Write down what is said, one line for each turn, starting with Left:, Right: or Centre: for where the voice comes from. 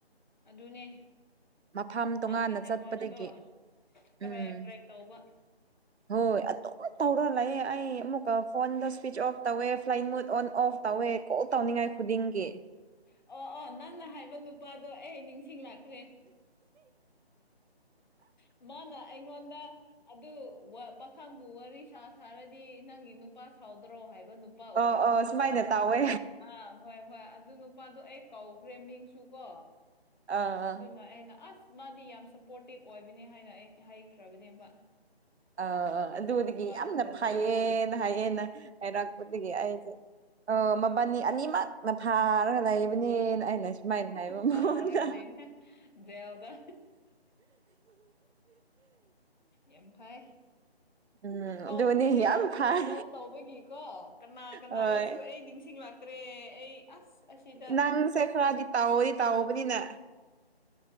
Left: ꯑꯗꯨꯅꯦ
Right: ꯃꯐꯝ ꯇꯣꯉꯥꯟꯅ
Left: ꯅꯪꯒꯤ ꯅꯦꯠꯋꯥꯛꯇꯣ
Right: ꯆꯠꯄꯗꯒꯤ
Left: ꯀ꯭ꯔꯦꯛ
Right: ꯎꯝ
Left: ꯀ꯭ꯔꯦꯛ ꯇꯧꯕ
Right: ꯍꯣꯏ ꯑꯗꯨꯝ ꯇꯧꯔ ꯂꯩꯌꯦ ꯑꯩ ꯑꯃꯨꯛꯀ ꯐꯣꯟꯗꯣ ꯁ꯭ꯋꯤꯆ ꯑꯣꯐ ꯇꯧꯋꯦ ꯐ꯭ꯂꯥꯏꯟ ꯃꯨꯠ ꯑꯣꯟ ꯑꯣꯐ ꯇꯧꯋꯦ ꯀꯣꯜ ꯇꯧꯅꯤꯡꯉꯥꯏ ꯈꯨꯗꯤꯡꯒꯤ
Left: ꯑꯣ ꯑꯣ ꯅꯪꯅ ꯍꯥꯏꯕ ꯅꯨꯄꯥꯗꯣ ꯑꯩ ꯅꯤꯡꯁꯤꯡꯂꯛ ꯭ꯔꯦ ꯃꯥꯅ ꯑꯩꯉꯣꯟꯗ ꯑꯗꯨ ꯋꯥ ꯄꯥꯈꯪ ꯋꯥꯔꯤ ꯁꯥ ꯁꯥꯔꯗꯤ ꯅꯪꯒꯤ ꯅꯨꯄꯥ ꯁꯥꯎꯗ꯭ꯔꯣ ꯍꯥꯏꯕ ꯅꯨ ꯅꯨꯄꯥ ꯑꯣꯏꯔꯝꯅꯤ
Right: ꯑꯣ ꯑꯣ ꯁꯨꯃꯥꯏꯅ ꯇꯧꯋꯦ
Left: ꯑꯥ ꯍꯣꯏ ꯍꯣꯏ ꯑꯗꯨ ꯅꯨꯄꯥꯗꯣ ꯑꯩ ꯀꯧꯈ꯭ꯔꯦ ꯃꯤꯡꯁꯨ ꯀꯣ
Right: ꯑꯥ
Left: ꯑꯗꯨꯅ ꯑꯩꯅ ꯑꯁ ꯃꯥꯗꯤ ꯌꯥꯝ ꯁꯄꯣꯔꯇꯤꯞ ꯑꯣꯏꯕꯅꯤ ꯍꯥꯏꯅ ꯑꯩ ꯍꯥꯏꯈ꯭ꯔꯕꯅꯦꯕ
Right: ꯑ
Left: ꯑꯗꯨ
Right: ꯑꯗꯨꯗꯒꯤ
Left: ꯅꯨꯄꯥꯗꯣ
Right: ꯌꯥꯝꯅ ꯐꯩꯌꯦꯅ ꯍꯥꯏꯌꯦꯅ ꯍꯥꯏꯔꯛꯄꯗꯒꯤ ꯑꯩꯁꯦ ꯑ ꯃꯕꯥꯅꯤ ꯑꯅꯤꯃꯛ ꯃꯊꯥ ꯂꯩꯕꯅꯦ ꯑꯩꯅ ꯁꯨꯃꯥꯏꯅ ꯍꯥꯏꯕ
Left: ꯐꯥꯔꯒ
Right: ꯃꯑꯣꯟꯗ
Left: ꯂꯩꯕꯅꯦ ꯖꯦꯜꯗ ꯌꯥꯝ ꯐꯩ
Right: ꯎꯝ
Left: ꯀꯧꯈ꯭ꯔꯤꯅꯦ
Right: ꯑꯗꯨꯅꯤ ꯌꯥꯝ
Left: ꯑꯗꯨ
Right: ꯐꯩ
Left: ꯀꯣꯜ ꯇꯧꯕꯒꯤꯀꯣ ꯀꯅꯥ ꯀꯅꯥꯅꯁꯨ
Right: ꯍꯣꯏ
Left: ꯑꯩ ꯅꯤꯡꯁꯤꯡꯂꯇ꯭ꯔꯦ ꯑꯩ ꯑꯁ ꯑꯁꯤꯗ
Right: ꯅꯪꯁꯦ ꯈꯔꯗꯤ ꯇꯧꯋꯦ ꯇꯧꯕꯅꯤꯅ